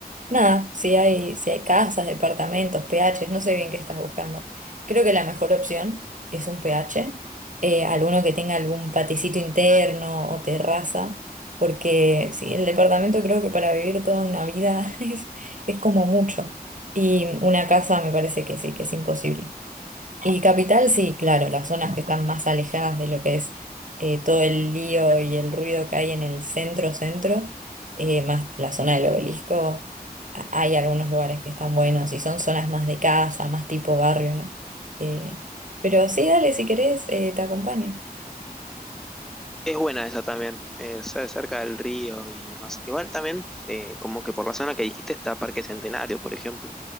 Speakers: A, on the right; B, in the centre.
A: nada, si hay, si hay casas, departamentos, PHs, no sé bien qué estás buscando. Creo que la mejor opción es un PH, eh, alguno que tenga algún paticito interno o terraza, porque sí, el departamento creo que para vivir toda una vida <laughs> es, es como mucho. Y una casa me parece que sí, que es imposible. Y capital, sí, claro, las zonas que están más alejadas de lo que es eh, todo el lío y el ruido que hay en el centro, centro, eh, más la zona del obelisco, a- hay algunos lugares que están buenos y son zonas más de casa, más tipo barrio, ¿no? Eh, pero sí, dale, si querés, eh, te acompaño.
B: Es buena esa también, eh, cer- cerca del río y demás. Igual también, eh, como que por la zona que dijiste está Parque Centenario, por ejemplo,